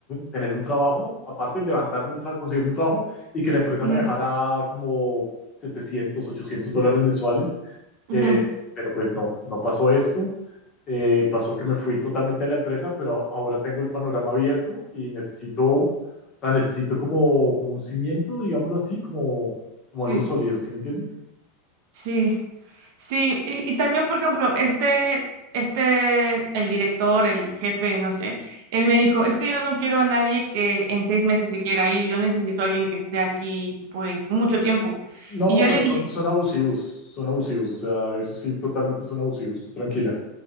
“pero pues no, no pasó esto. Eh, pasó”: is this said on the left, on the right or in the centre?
Left